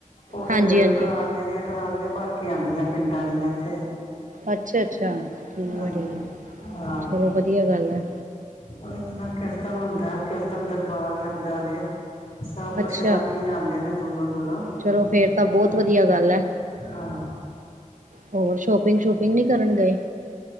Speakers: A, on the left; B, on the right.
A: ਉਹ
B: ਹਾਂਜੀ-ਹਾਂਜੀ
A: ਫੇਰ, ਟਰਾਲੀਆਂ ਦੀਆਂ ਟਰਾਲੀਆਂ, ਭਰਕੇ ਆਂਦੀਆਂ ਪਿੰਡਾਂ ਦੀਆਂ ਇੱਥੇ।
B: ਅੱਛਾ-ਅੱਛਾ ਠੀਕ
A: ਹਾਂਜੀ।
B: ਹੈ ਠੀਕ ਹੈ
A: ਹਾਂ।
B: ਚਲੋ ਵਧੀਆ ਗੱਲ ਹੈ
A: ਉਹ ਨਾ ਕੀਰਤਨ ਹੁੰਦਾ, ਕੀਰਤਨ ਦਰਬਾਰ ਲੱਗਦਾ ਵੇ। ਸਭ ਕੁਛ
B: ਅੱਛਾ
A: ਰਾਗੀ ਆਉਦੇ ਨੇ, ਦੂਰੋਂ-ਦੂਰੋਂ।
B: ਚਲੋ ਫੇਰ ਤਾਂ ਬਹੁਤ
A: ਆਹ।
B: ਵਧੀਆ ਗੱਲ ਹੈ ਹੋਰ, ਸ਼ੋਪਿੰਗ ਸ਼ੂਪਿੰਗ ਨਹੀ ਕਰਨ ਗਏ?